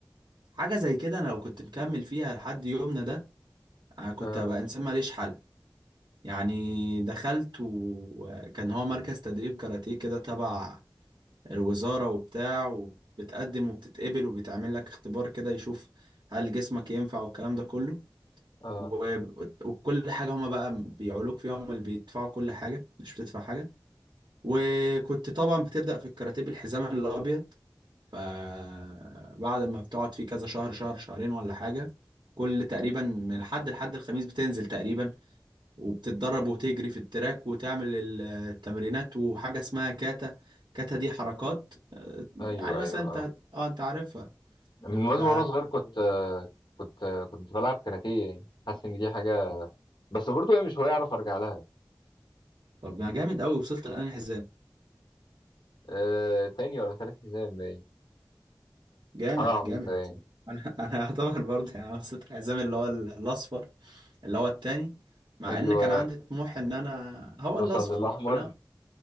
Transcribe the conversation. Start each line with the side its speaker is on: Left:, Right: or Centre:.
Right: حاجة زي كده انا لو كنت مكمل فيها لحد يومنا ده أنا كنت
Left: اه
Right: هبقى إنسان ماليش حل يعني دخلت و- وكان هو مركز تدريب كاراتيه كده تبع الوزارة وبتاع وبتقدم وبتتقبل وبيتعمل لك اختبار كده يشوف هل جسمك ينفع والكلام ده كله
Left: اه
Right: و- وكل حاجة هما بقى بيعولوك فيها هما اللي بيدفعوا كل حاجة مش بتدفع حاجة وكنت طبعا بتبدأ في الكاراتيه بالحزام الأبيض فبعد ما بتقعد فيه كذا شهر شهر شهرين ولا حاجة كل تقريبا من الحد لحد الخميس بتنزل تقريبا وبتتدرب وتجري في التراك وتعمل ال- التمرينات وحاجة اسمها كاتا كاتا دي حركات آه، يعني
Left: ايوه
Right: مثلا
Left: ايوه
Right: انت
Left: اه
Right: اه انت عارفها
Left: من
Right: ف
Left: وانا وأنا صغير كنت آه كنت آه كنت بلعب كاراتيه يعني حاسس ان دي حاجه بس برضه هي مش هوايه اعرف ارجع لها
Right: طب ما جامد قوي وصلت لأنهي حزام
Left: أه تاني ولا تالت حزام باين
Right: جامد
Left: حاجه عبيطه
Right: جامد
Left: يعني
Right: انا <laughs> انا يعتبر برضه يعني وصلت الحزام اللي هو ال- الاصفر اللي هو التاني مع
Left: ايوه
Right: ان كان عندي طموح ان انا هو
Left: توصل
Right: الاصفر
Left: للاحمر
Right: كلها